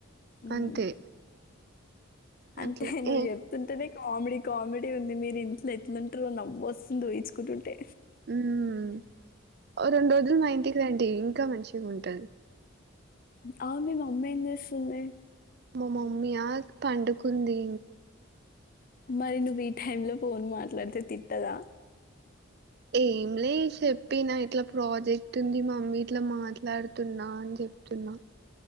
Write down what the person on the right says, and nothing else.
అంతే
అట్లా
ఏ
ఉమ్ ఓ రెండు రోజులు మా ఇంటికి రండి ఇంకా మంచిగా ఉంటుంది
మా మమ్మయా పండుకుంది
ఏం లే చెప్పిన ఇట్లా ప్రాజెక్ట్ ఉంది మమ్మీ ఇట్లా మాట్లాడుతున్నా అని చెప్తున్నా